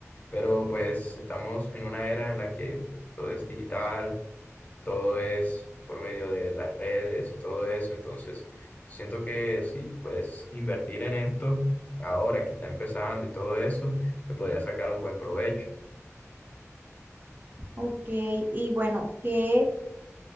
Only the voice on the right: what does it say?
ok. Y bueno, ¿qué,